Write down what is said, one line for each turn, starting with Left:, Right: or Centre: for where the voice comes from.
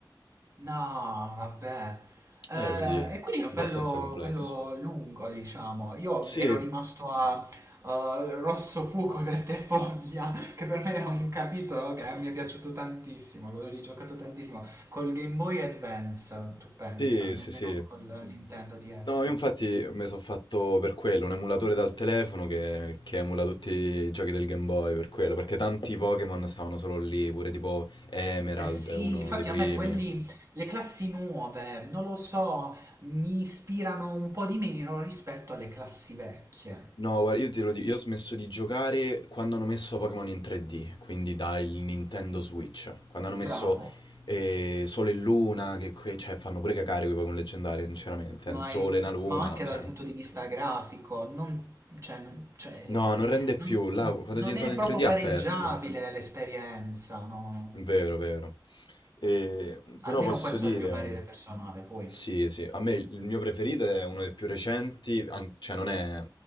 Right: No, vabbè. Eh,
Left: Eh, quindi è
Right: e quindi è
Left: abbastanza
Right: bello,
Left: complesso.
Right: bello lungo, diciamo. Io
Left: Sì,
Right: ero rimasto a eh, Rosso Fuoco Verde Foglia, che per me era un capitolo che mi è piaciuto tantissimo, l'ho rigiocato tantissimo. Col Game Boy Advance, tu pensa,
Left: sì,
Right: nemmeno
Left: sì, sì.
Right: col Sì. Nintendo DS.
Left: No, io infatti mi sono fatto per quello, un emulatore dal telefono che, che emula tutti i giochi del Game Boy, per quello, perché tanti Pokémon stavano solo lì, pure tipo Emerald,
Right: Eh sì,
Left: uno
Right: infatti
Left: dei primi.
Right: a me quelli, le classi nuove, non lo so, mi ispirano un po' di meno rispetto alle classi vecchie.
Left: No, guarda, io te lo dico, io ho smesso di giocare quando hanno messo Pokémon in 3D, quindi dal Nintendo Switch, quando hanno messo
Right: Bravo.
Left: eh, Sole e Luna, che que- cioè, fanno pure cacare quei Pokémon leggendari, sinceramente,
Right: Ma,
Left: un sole,
Right: in-
Left: una luna,
Right: ma anche
Left: cioè...
Right: dal punto di vista grafico, non, cioè, non- cioè,
Left: No, non rende più,
Right: non-
Left: là, quando
Right: non
Left: è diventato
Right: è
Left: in
Right: proprio
Left: 3D ha
Right: pareggiabile
Left: perso,
Right: l'esperienza, no?
Left: vero, vero. E, mh, però
Right: Almeno
Left: posso
Right: questo
Left: dire,
Right: è il mio parere personale, poi.
Left: sì, sì, a me il mio preferito è uno dei più recenti, an- cioè non è,